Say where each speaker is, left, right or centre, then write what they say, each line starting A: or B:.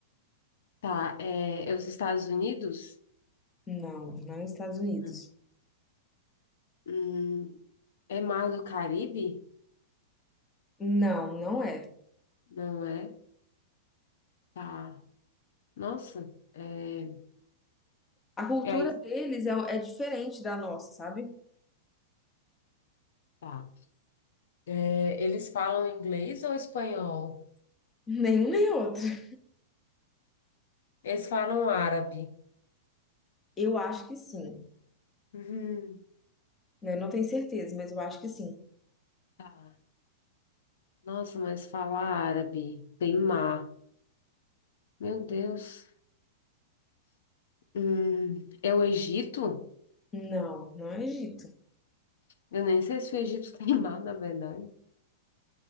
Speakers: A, on the left; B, on the left.
A: Tá, é, é os Estados Unidos?
B: não, não é os Estados Unidos.
A: Hum. Hum, É Mar do Caribe?
B: Não, não é.
A: Não é? Tá. Nossa. É,
B: A cultura
A: é
B: deles é, é diferente da nossa, sabe?
A: tá. É, eles falam inglês ou espanhol?
B: <laughs> Nenhum nem outro.
A: Eles falam árabe.
B: Eu acho que sim.
A: Uhum,
B: né? Não tenho certeza, mas eu acho que sim.
A: tá. Nossa, mas fala árabe. Tem mar. Meu Deus. Hum, é o Egito?
B: Não, não é Egito.
A: Eu nem sei se o Egito <laughs> tem mar, na verdade.